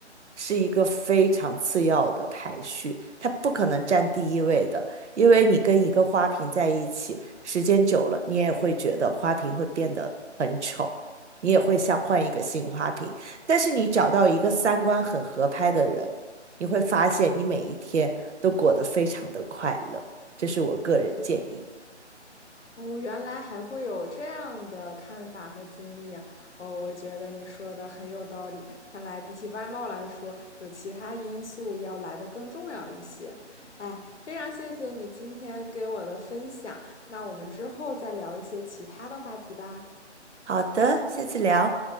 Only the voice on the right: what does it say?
是一个非常次要的排序，它不可能占第一位的，因为你跟一个花瓶在一起，时间久了，你也会觉得花瓶会变得很丑，你也会想换一个新花瓶。但是你找到一个三观很合拍的人，你会发现你每一天都过得非常的快乐。这是我个人建议。
好的，下次聊。